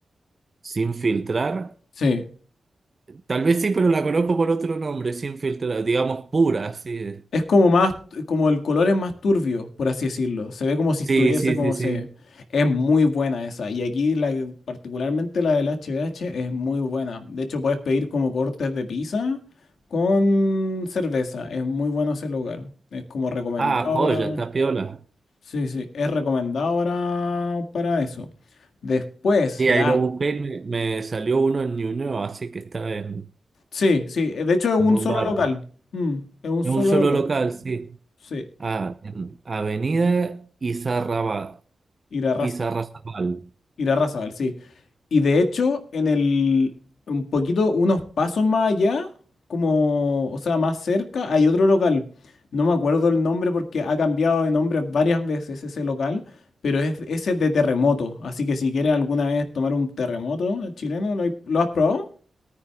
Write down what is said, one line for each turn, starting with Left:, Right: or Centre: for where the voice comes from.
Right: Sin filtrar.
Left: Sí,
Right: Tal vez sí, pero la conozco por otro nombre, sin filtrar, digamos pura, sí.
Left: Es como más, como el color es más turbio, por así decirlo. Se ve como si estuviese
Right: Sí, sí,
Left: como
Right: sí, sí.
Left: se... Es muy buena esa. Y aquí la, que- particularmente la del HBH es muy buena. De hecho, puedes pedir como cortes de pizza con cerveza. Es muy bueno ese lugar. Es como recomendado
Right: Ah, joya,
Left: para...
Right: está piola.
Left: Sí, sí, es recomendado para, para eso. Después,
Right: Sí,
Left: ya...
Right: ahí lo busqué y me, me salió uno en Ñuñoa, así que está en
Left: Sí, sí. eh, De hecho, es un
Right: un buen
Left: solo
Right: barrio.
Left: local. Mm, es un
Right: En
Left: solo
Right: un solo
Left: local.
Right: local, sí.
Left: Sí.
Right: Ah, en Avenida Izarraba,
Left: Ir a
Right: Izarrazabal.
Left: Irarrázaval, sí Y de hecho, en el, un poquito, unos pasos más allá, como, o sea, más cerca, hay otro local. No me acuerdo el nombre porque ha cambiado de nombre varias veces ese local, pero es, ese es de terremoto. Así que si quieres alguna vez tomar un terremoto chileno, ¿lo, hay- lo has probado?